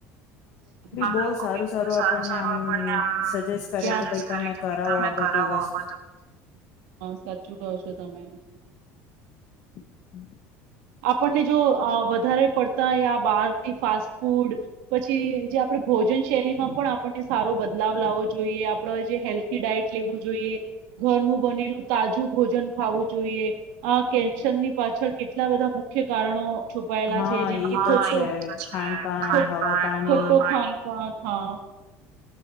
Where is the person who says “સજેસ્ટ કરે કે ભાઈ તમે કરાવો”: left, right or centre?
Left